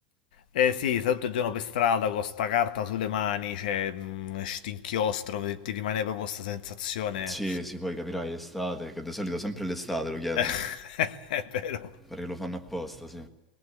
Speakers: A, on the left; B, in the centre.
A: Eh sì, stai tutto il giorno per strada con sta carta sulle mani, cioè, mh, stinchiostro, ti, ti rimane proprio questa sensazione.
B: Sì, sì, poi capirai, estate, che di solito sempre l'estate lo chiedono.
A: <laughs> è vero,
B: Pare che lo fanno apposta, sì.